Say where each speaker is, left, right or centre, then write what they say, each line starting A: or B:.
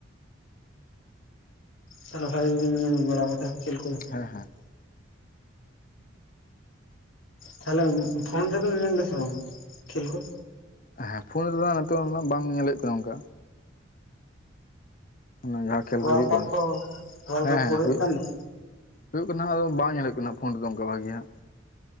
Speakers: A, on the left; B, on the left.
A: ᱛᱟᱦᱞᱮ ᱵᱷᱟᱜᱮ ᱜᱮᱵᱮᱱ ᱧᱮᱞ ᱵᱟᱲᱟ ᱠᱟᱫᱟ ᱠᱷᱮᱞ ᱠᱚ?
B: ᱦᱮᱸ ᱦᱮᱸ᱾
A: ᱛᱟᱦᱞᱮ ᱯᱷᱳᱱ ᱨᱮᱵᱮᱱ ᱧᱮᱞ ᱫᱟ ᱥᱮ ᱵᱟᱝ ᱠᱷᱮᱞ ᱠᱚ?
B: ᱦᱮᱸ ᱯᱷᱳᱱ ᱨᱮᱫᱚ ᱦᱟᱸᱜ ᱱᱤᱛᱚᱜ ᱫᱚ ᱦᱟᱸᱜ ᱵᱟᱝ ᱧᱮᱞ ᱦᱳᱭᱳᱜ ᱠᱟᱱᱟ ᱚᱱᱠᱟ᱾ ᱚᱱᱟ ᱡᱟᱦᱟᱸ ᱠᱷᱮᱞ
A: ᱳᱣᱟᱨᱞᱰ
B: ᱠᱚ ᱦᱩᱭᱩᱜᱼᱟ
A: ᱠᱟᱯ
B: ᱠᱟᱱᱟ,
A: ᱳᱣᱟᱨᱞᱰ
B: ᱦᱮᱸ
A: ᱠᱟᱯ
B: ᱦᱮᱸ
A: ᱠᱚ
B: ᱦᱩᱭᱩᱜ
A: ᱠᱟᱱ ᱫᱚ
B: ᱦᱩᱭᱩᱜ ᱠᱟᱱᱟ ᱟᱫᱚ ᱵᱟᱝ ᱧᱮᱞ ᱦᱩᱭᱩᱜ ᱠᱟᱱᱟ ᱯᱷᱳᱱ ᱨᱮᱫᱚ ᱚᱱᱠᱟ ᱵᱷᱟᱜᱮ ᱦᱟᱜ᱾